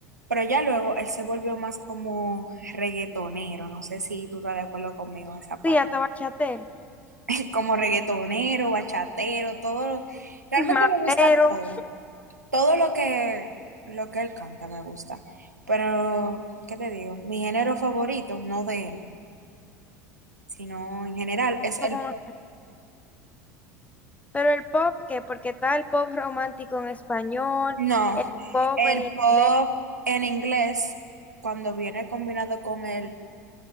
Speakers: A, on the right; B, on the left.
A: pero ya luego él se volvió más como reggaetonero, no sé si tú estás de acuerdo conmigo en esa parte,
B: Sí, hasta bachatero,
A: <laughs> como reggaetonero, bachatero, todo lo- realmente
B: <laughs>
A: me gusta
B: mamero,
A: todo, todo lo que, lo que él canta me gusta, pero, ¿qué te digo? Mi género favorito, no de él. sino en general. Es
B: como...
A: el,
B: Pero el pop, ¿qué? Porque está el pop romántico en español,
A: no,
B: el pop
A: el
B: en
A: pop
B: inglés.
A: en inglés, cuando viene combinado con el